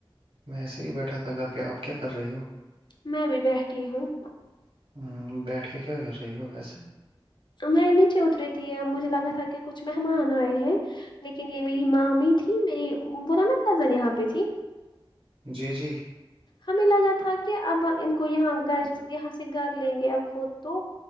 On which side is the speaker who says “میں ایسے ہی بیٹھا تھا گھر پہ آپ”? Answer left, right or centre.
Right